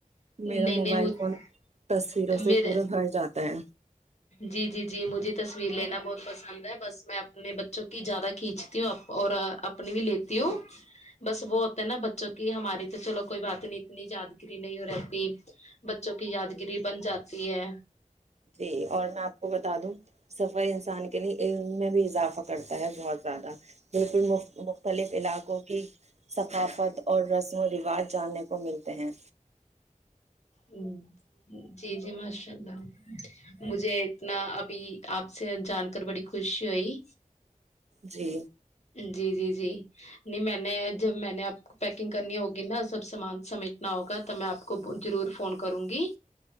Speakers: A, on the right; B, on the left.
A: میریرا
B: نہیں
A: موبائل
B: نہیں مجھ-
A: فون تصویروں سے
B: میرے
A: پورا بھر جاتا ہے
B: جی جی جی مجھے تصویر لینا بہت پسند ہے بس میں اپنے بچوں کو کہ زیادہ کھینچتی ہوں آپ اور اپنی بھی لیتی ہوں بس وہ ہوتا ہے نا بچوں کی ہماری تو چلو کوئی بات نہیں اتنی یاد گری نہیں ہو رہتی بچوں کی یادگری بن جاتی ہے
A: جی اور میں آپ کو بتا دوں سفر انسان کے لیے علم میں بھی اضافہ کرتا ہے بہت زیادہ پ مختلف علاقوں کی ثقافت اور رسم و رواج جاننے کو ملتے ہیں
B: ہ جی جی ماشاء اللہ مجھے اتنا ابھی آپ سے جان کر بڑی خوشی ہوئی
A: جی
B: جی جی جی نہیں میں نے جب میں نے آپ کو پیکنگ کرنی ہوگی نا سب سے سمان <unintelligible> سمیٹنا ہوگا تو میں آپ کو ضرور فون کروں گی